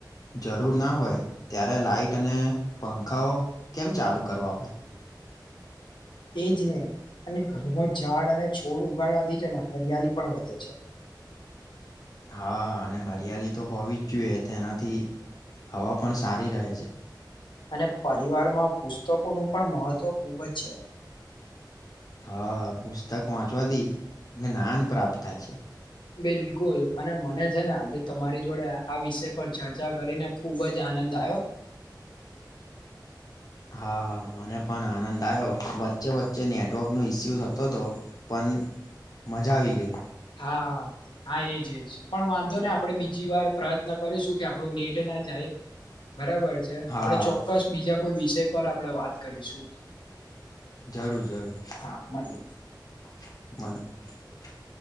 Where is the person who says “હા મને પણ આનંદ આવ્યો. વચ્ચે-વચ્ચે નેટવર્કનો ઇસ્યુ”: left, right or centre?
Left